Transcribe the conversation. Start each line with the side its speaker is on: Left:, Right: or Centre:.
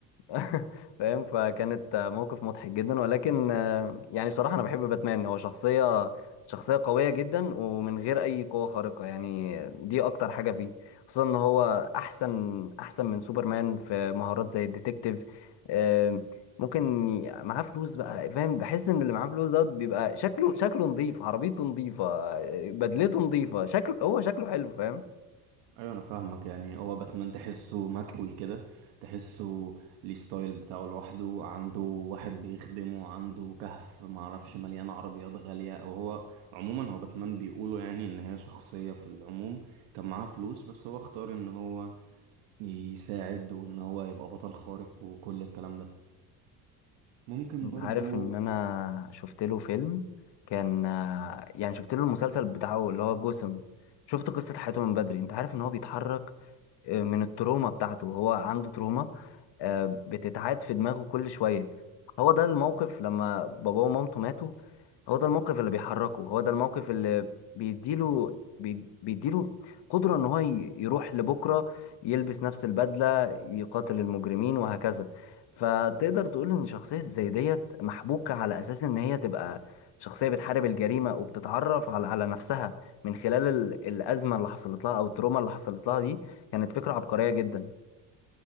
Left: <laughs> فاهم فكانت آه، موقف مضحك جدا ولكن آه، يعني بصراحة أنا بحب باتمان هو شخصية شخصية قوية جدا ومن غير أي قوة خارقة يعني دي أكتر حاجة فيه خصوصا إن هو أحسن أحسن من سوبرمان في مهارات زي الديتكتيف آه، ممكن ي- معاه فلوس بقى فاهم بحس إن اللي معاه فلوس دوت بيبقى شكله شكله نظيف عربيته نظيفة آه، بدلته نظيفة شكله هو شكله حلو فاهم
Right: ايوه انا فاهمك يعني هو باتمان تحسه مكوي كده تحسه ليه ستايل بتاعه لوحده عنده واحد بيخدمه عنده كهف معرفش مليان عربيات غالية او هو عموما هو باتمان بيقولوا يعني ان هي شخصية في العموم كان معاها فلوس بس هو اختار ان هو يساعد وان هو يبقى بطل خارق وكل الكلام ده ممكن
Left: انت
Right: برضو
Left: عارف ان انا شفت له فيلم كان آه، يعني شفت له المسلسل بتاعه اللي هو جسم شفت قصة حياته من بدري انت عارف ان هو بيتحرك آه، من التروما بتاعته هو عنده تروما آه، بتتعاد في دماغه كل شوية هو ده الموقف لما باباه ومامته ماتوا هو ده الموقف اللي بيحركه هو ده الموقف اللي بيديله بي- بيديله قدرة ان هو ي- يروح لبكرة يلبس نفس البدلة يقاتل المجرمين وهكذا فتقدر تقول ان شخصية زي ديت محبوكة على اساس ان هي تبقى شخصية بتحارب الجريمة وبتتعرف على على نفسها من خلال ال- الأزمة اللي حصلت لها أو التروما اللي حصلت لها دي كانت فكرة عبقرية جدا